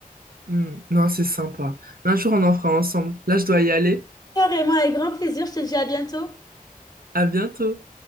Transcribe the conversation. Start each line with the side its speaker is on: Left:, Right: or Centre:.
Right: Hmm, non, c'est sympa. Mais Un jour, on en fera ensemble. Là, je dois y aller.
Left: Carrément, avec grand plaisir. Je te dis à bientôt.
Right: À bientôt.